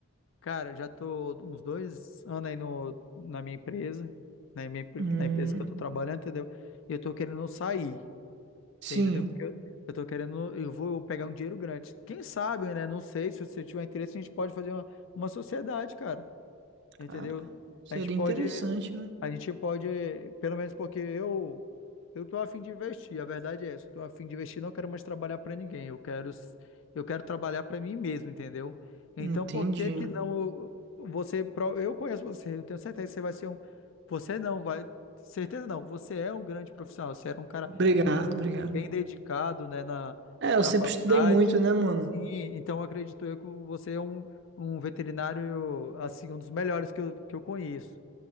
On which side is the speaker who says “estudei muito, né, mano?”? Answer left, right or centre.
Right